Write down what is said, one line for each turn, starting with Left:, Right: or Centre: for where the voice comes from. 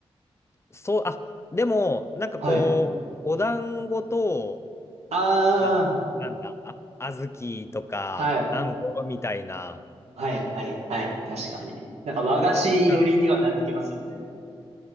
Left: そう、あ、でも、なんかこう、
Right: はい。
Left: お団子と、
Right: あ
Left: あの、なんだ、小豆とか、
Right: あ、はい。
Left: あんこみたいな。
Right: はい、はい、はい。確かに。なんか和菓子寄りにはなってきますよね。
Left: あ